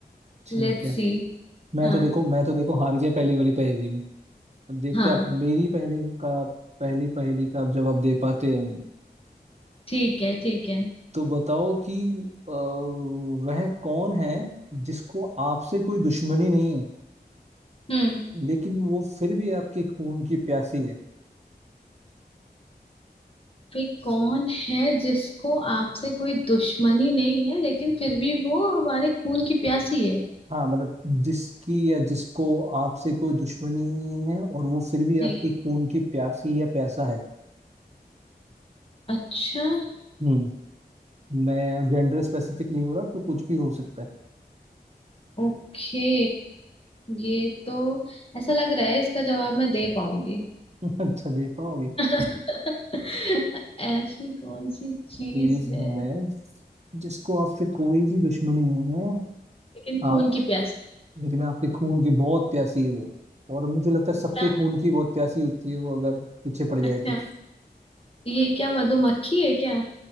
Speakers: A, on the right; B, on the left.
A: ठीक
B: Let's
A: है
B: see
A: मैं
B: हाँ
A: तो देखो मैं तो देखो हार गया पहली वाली पहेली में अब देखते
B: हाँ
A: हैं आप मेरी पहली का पहली पहेली का आप जवाब दे पाते हैं
B: ठीक है ठीक है
A: तो बताओ कि अ, वह कौन है जिसको आपसे कोई दुश्मनी नहीं है
B: हम्म
A: लेकिन वो फिर भी आपके खून की प्यासी है
B: वे कौन है जिसको आपसे कोई दुश्मनी नहीं है लेकिन फिर भी वो हमारे खून की प्यासी है
A: हाँ मतलब जिसकी या जिसको आपसे कोई दुश्मनी नहीं है और वो फिर भी आपकी
B: नहीं।
A: खून की प्यासी या प्यासा है
B: अच्छा
A: हम्म मैं जेंडर स्पेसिफिक नहीं हो रहा तो कुछ भी हो सकता है
B: ओके ये तो ऐसा लग रहा है इसका जवाब मैं दे पाऊंगी
A: <laughs> अच्छा दे पाओगे
B: <laughs> ऐसी कौन सी चीज
A: चीज
B: है
A: है जिसको आपसे कोई भी दुश्मनी नहीं है
B: लेकिन
A: आप
B: खून की प्यासी
A: लेकिन आपके खून की बहुत प्यासी है वो और मुझे लगता है
B: क्या-
A: सबके खून की बहुत प्यासी होती है वो अगर पीछे पड़ जाए
B: अच्छा
A: तो
B: ये क्या मधुमक्खी है क्या